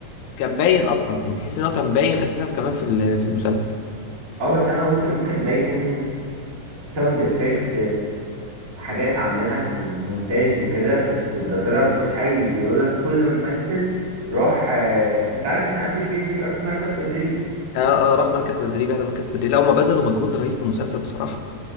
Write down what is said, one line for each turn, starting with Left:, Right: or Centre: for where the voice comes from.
Left: كان باين اصلا يعني تحس ان هو كان باين اساسا كمان في ال- في المسلسل
Right: اه بس انا قلت ممكن ده يكون ساوند افكت حاجات عاملينها في المونتاج وكده بس ده طلع رصاص حي وبيقولك كل ممثل راح آه، انت عارف ان قبل الجيش بيبقى في مركز تدريب
Left: اه اه راح مركز تدريب هذا مركز تدريب لا هما بذلوا مجهود رهيب في المسلسل بصراحه